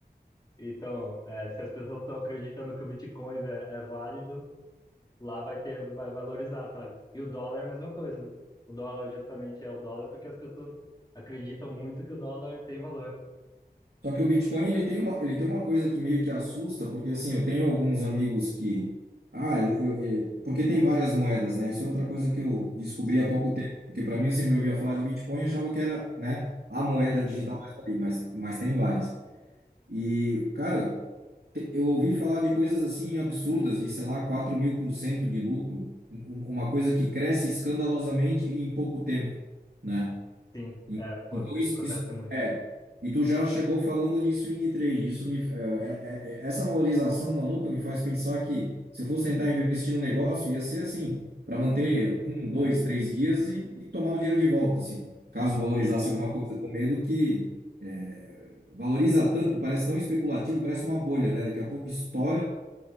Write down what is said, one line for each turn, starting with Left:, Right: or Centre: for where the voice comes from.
Left: Então, é, se as pessoas estão acreditando que o Bitcoin é, é válido, lá vai ter, vai valorizar, sabe? E o dólar é a mesma coisa, né? O dólar justamente é o dólar porque as pessoas acreditam muito que o dólar tem valor.
Right: Só que o Bitcoin, ele tem uma, ele tem uma coisa que meio que assusta, porque assim, eu tenho alguns amigos que. Ah, eu, eu- eu- porque tem várias moedas, né? Isso é outra coisa que eu descobri
Left: Sim,
Right: há pouco tempo, porque para mim eu sempre ouvia falar de Bitcoin e achava que era, né, a moeda
Left: sim,
Right: digital,
Left: sim,
Right: mas tá ali, mas mas tem várias. E, cara. Te- Eu ouvi falar de coisas assim absurdas, de, sei lá, quatro mil por cento de lucro, um- uma coisa que cresce escandalosamente em pouco tempo, né?
Left: sim.
Right: En-
Left: É, pô,
Right: Então,
Left: te-
Right: isso,
Left: acontece
Right: isso-
Left: muito.
Right: é. E tu já chegou falando de swing trade. Isso me, é, é, é- é, essa valorização maluca me faz pensar que se eu fosse tentar investir no negócio, ia ser assim, para manter um, dois, três dias e, e tomar o dinheiro de volta. Se caso valorizasse
Left: Sim,
Right: alguma coisa com medo que é, valoriza tanto, parece tão especulativo, parece uma bolha, né? Daqui a pouco estoura